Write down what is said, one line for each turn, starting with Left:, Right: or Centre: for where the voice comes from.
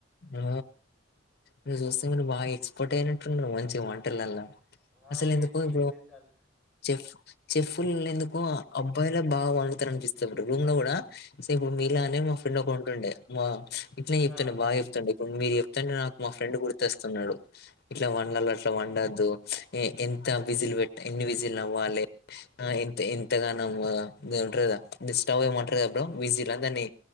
Left: ఆ మీరూ చూస్తే మీరు బాగా ఎక్స్పోర్ట్ అయినట్టున్నారు. మంచిగా వంట లల్ల
Centre: ఆ
Left: అసలు ఎందుకో
Centre: ఏ చీజ్
Left: ఇ
Centre: చీజ్ చాలు
Left: చెఫ్ చెఫ్లు ఎందుకు అబ్బాయిలే బాగా వండుతారు అనిపిస్తది బ్రో రూమ్ లో కూడా సే ఇప్పుడు మీలానే మా
Centre: ఆ
Left: ఫ్రెండ్ ఒకడు ఉంటుండే మా ఇట్లానే చెప్తుండే
Centre: ఆ
Left: బాగా చెప్ ఇప్పుడు మీరు చెప్తుంటే నాకు మా ఫ్రెండ్ గుర్తస్తున్నాడు ఇట్లా వండలో అట్లా వండద్దు. ఎంత విజిలు పెట్టి ఎన్ని విజిలు అవ్వలే ఆ ఎంత ఎంతగానము దెమో అంటారు. గదా థిస్ స్టవ్ ఏమంటారు. గదా బ్రో విజీలా దాన్ని